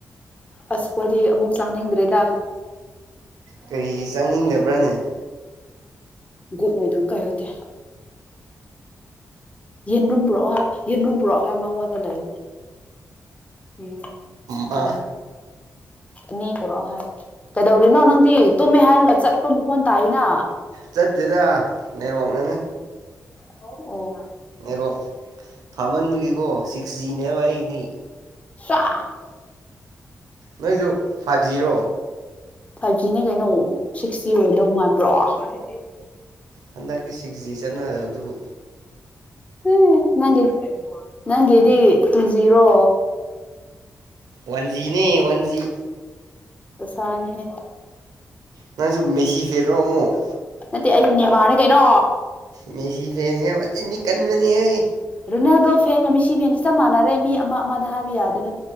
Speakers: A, on the left; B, on the right.
A: ꯑꯁꯄꯗꯤ ꯑꯃꯨꯛ ꯆꯃꯤꯗ꯭ꯔꯦꯗ
B: ꯀꯔꯤ ꯆꯪꯅꯤꯡꯗꯕ꯭ꯔꯅꯦ
A: ꯒꯨꯠꯅ ꯑꯗꯨꯝ ꯀꯥꯏꯔꯗꯦ ꯌꯦꯟꯗ꯭ꯔꯨꯝ ꯄꯨꯔꯛꯑꯣ ꯍꯥꯏ ꯌꯦꯟꯗ꯭ꯔꯨꯝ ꯄꯨꯔꯛꯑꯣ ꯍꯥꯏ ꯃꯉꯣꯟꯗ ꯂꯩꯔꯤꯅꯤ ꯎꯝ
B: ꯃꯥ
A: ꯎꯝ ꯑꯅꯤ ꯄꯨꯔꯛꯑꯣ ꯍꯥꯏ ꯀꯩꯗꯧꯔꯤꯅꯣ ꯅꯪꯗꯤ ꯇꯨꯝꯃꯦ ꯍꯥꯏꯔꯒ ꯆꯠꯄ ꯃꯀꯣꯟ ꯇꯥꯏꯅ
B: ꯆꯠꯇꯗ ꯂꯩꯔ ꯋꯥꯛꯅꯅꯦ
A: ꯑꯣ ꯑꯣ
B: ꯔꯣꯛ ꯐꯥꯃꯟꯕꯒꯤ ꯣ ꯁꯤ ꯁꯤꯖꯤꯅꯦꯕ ꯏꯗꯤ
A: ꯁꯥ
B: ꯅꯣꯏꯗꯨ ꯐꯥꯏꯚ ꯖꯤꯔꯣ
A: ꯐꯥꯏꯚ ꯖꯤꯅꯦ ꯀꯩꯅꯣ ꯁꯤꯛꯁꯇꯤ ꯑꯣꯏꯗꯧ ꯃꯥ <unintelligible>
B: ꯍꯟꯗꯛꯇꯤ ꯁꯤꯛꯁ ꯖꯤ ꯆꯠꯅ ꯑꯗꯨꯕꯨ
A: ꯎ ꯅꯪ ꯅꯪꯒꯤꯦꯗꯤ ꯇꯨꯖꯔꯣ
B: ꯋꯥꯟ ꯖꯤ ꯅꯤ ꯋꯥꯟꯖꯤ
A: ꯁꯅ ꯍꯦ
B: ꯅꯪꯁꯨ ꯃꯦꯁꯤ ꯐꯦꯅꯣ ꯑꯃꯨꯛ
A: ꯗꯤ ꯑꯩ ꯅꯦꯃꯥꯅꯦ ꯀꯩꯅꯣ
B: ꯃꯦꯁꯤ ꯄ ꯏꯅꯤ ꯀꯟꯃꯅꯤ ꯍꯥꯏ
A: ꯔꯨꯅꯥꯗꯣ ꯐꯦꯟꯒ ꯃꯤ ꯁꯤ ꯐꯦꯟꯁꯦ ꯆꯞ ꯃꯥꯟꯅꯔꯦ ꯃꯤ ꯑꯃ ꯑꯃꯗ ꯍꯥꯏꯕ ꯌꯥꯗꯅ